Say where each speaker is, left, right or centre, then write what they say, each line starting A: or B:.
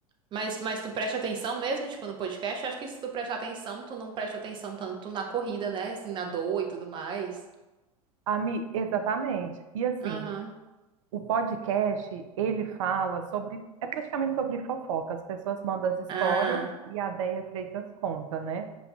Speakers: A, on the right; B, on the right.
A: Mas, mas tu presta atenção mesmo, tipo, no podcast? Acho que se tu prestar atenção, tu não presta atenção tanto na corrida, né? Assim, na dor e tudo mais.
B: Ami, exatamente. E assim,
A: Aham.
B: O podcast, ele fala sobre, é praticamente sobre fofoca. As pessoas mandam as histórias
A: Ah.
B: e a Déia Freitas conta, né?